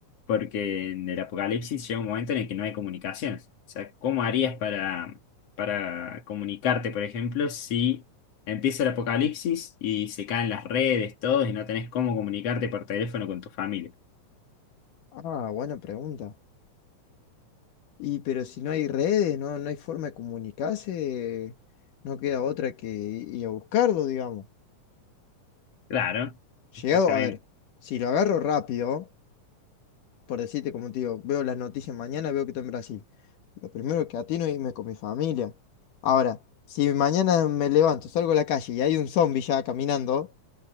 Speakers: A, on the left; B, on the left.
A: porque en el apocalipsis llega un momento en el que no hay comunicaciones. O sea, ¿cómo harías para, para comunicarte, por ejemplo, si empieza el apocalipsis y se caen las redes, todo, y no tenés cómo comunicarte por teléfono con tu familia?
B: Ah, buena pregunta. Y pero si no hay redes, no, no hay forma de comunicarse, no queda otra que ir a buscarlo, digamos.
A: Claro, exactamente.
B: Llegado, a ver, si lo agarro rápido. por decirte, como te digo, veo las noticias mañana, veo que está en Brasil. Lo primero que atino es irme con mi familia. Ahora, si mañana me levanto, salgo a la calle y hay un zombie ya caminando,